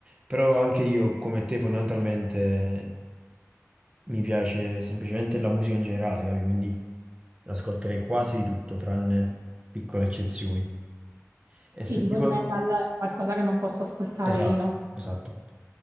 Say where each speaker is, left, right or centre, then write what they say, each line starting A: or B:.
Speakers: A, on the right; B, on the right.
A: Però anche io, come te, fondamentalmente mi piace semplicemente la musica in generale, capi? Quindi ascolterei quasi di tutto, tranne piccole eccezioni.
B: Sì,
A: E se
B: tipo
A: tipo...
B: il metal è qualcosa che non posso ascoltare
A: Esatto,
B: io.
A: esatto.